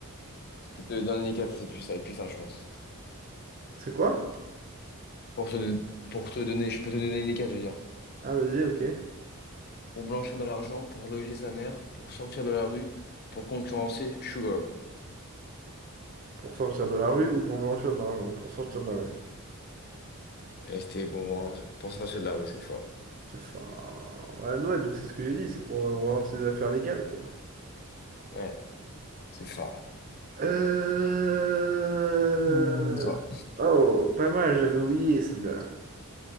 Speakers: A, on the left; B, on the right.
A: Je te donne les quatre, c'est plus ça, c'est plus ça, je pense.
B: C'est quoi?
A: Pour te, pour te donner, je peux te donner les quatre, je veux dire.
B: Ah vas-y, ok.
A: Pour blanchir de l'argent, pour loger sa mère, pour sortir de la rue, pour concurrencer Sugar.
B: Pour sortir de la rue ou pour blanchir de l'argent? Pour sortir de la rue.
A: Et c'était bon, pour sortir de la rue, c'est fort.
B: C'est fa- Ouais, ouais, donc c'est ce que j'ai dit, c'est pour euh, rendre ses affaires légales quoi.
A: Ouais, c'est fort.
B: Euh...
A: Hum, toi.
B: Oh, pas mal, j'avais oublié celle-là.